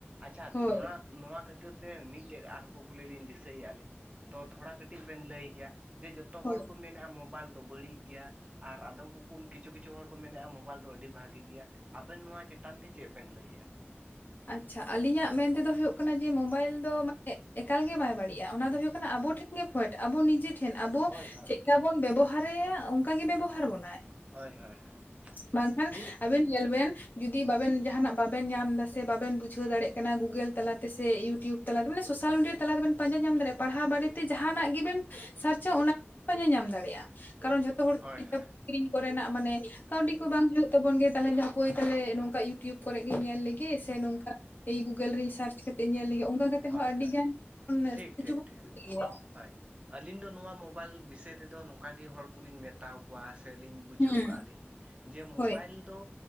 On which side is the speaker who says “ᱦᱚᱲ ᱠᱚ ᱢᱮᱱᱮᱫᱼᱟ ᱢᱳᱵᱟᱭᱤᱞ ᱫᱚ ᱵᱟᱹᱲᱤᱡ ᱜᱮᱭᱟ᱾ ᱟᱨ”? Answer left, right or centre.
Right